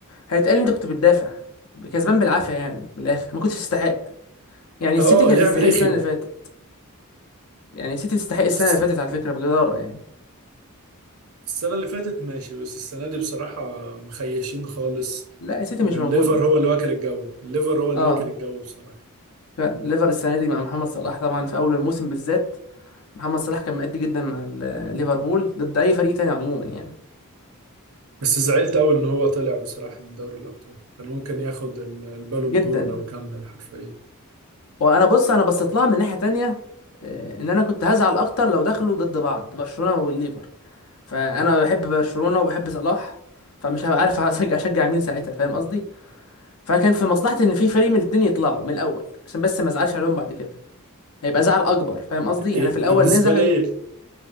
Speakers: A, on the left; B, on the right.
A: هيتقال انت كنت بتدافع كسبان بالعافيه يعني من الاخر ما كنتش تستحق يعني السيتي
B: اه
A: كانت
B: لعب
A: تستحق السنه
B: رخم
A: اللي فاتت يعني السيتي تستحق السنه
B: بس
A: اللي فاتت على فكره بجداره يعني
B: السنة اللي فاتت ماشي بس السنة دي بصراحة مخيشين خالص
A: لا السيتي
B: والليفر
A: مش موجوده
B: هو اللي واكل الجو الليفر هو اللي
A: اه
B: واكل الجو بصراحة
A: فعلا الليفر السنه دي مع محمد صلاح طبعا في اول الموسم بالذات محمد صلاح كان مأدي جدا مع ال- ليفربول ضد اي فريق تاني عموما يعني
B: بس زعلت أوي إن هو طلع بصراحة من دوري الأبطال كان ممكن ياخد ال- البالون
A: جدا
B: دور لو كمل حرفيا
A: وانا بص انا بصيت لها من ناحيه تانية آه، ان انا كنت هزعل اكتر لو دخلوا ضد بعض برشلونه والليفر فانا بحب برشلونه وبحب صلاح فمش هبقى عارف <laughs> هشجع اشجع مين ساعتها فاهم قصدي فكان في مصلحتي ان في فريق من الاتنين يطلعوا من الاول عشان بس ما ازعلش عليهم بعد كده هيبقى زعل اكبر فاهم قصدي
B: إيه
A: يعني في الاول
B: بالنسبة
A: نزعل
B: لي